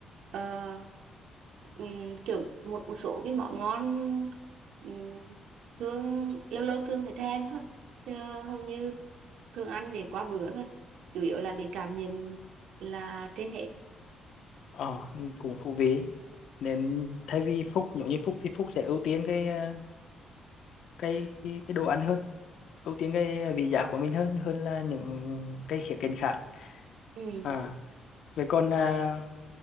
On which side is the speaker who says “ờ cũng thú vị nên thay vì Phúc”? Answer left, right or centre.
Left